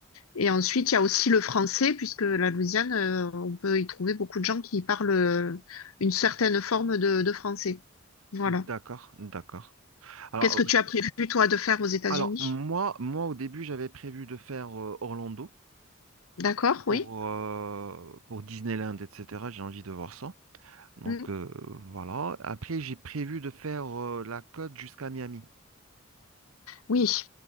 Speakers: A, on the left; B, on the right.
A: Et ensuite, il y a aussi le français, puisque la Louisiane, euh, on peut y trouver beaucoup de gens qui parlent euh, une certaine forme de, de français. Voilà.
B: D'accord, d'accord. Alors,
A: Qu'est-ce que
B: euh,
A: tu as prévu, toi, de faire aux États-Unis?
B: alors moi, moi au début j'avais prévu de faire euh, Orlando.
A: D'accord, oui.
B: pour, euh, pour Disneyland, etc. J'ai envie de voir ça. Donc
A: Mm.
B: euh, voilà. Après, j'ai prévu de faire euh, la côte jusqu'à Miami.
A: Oui,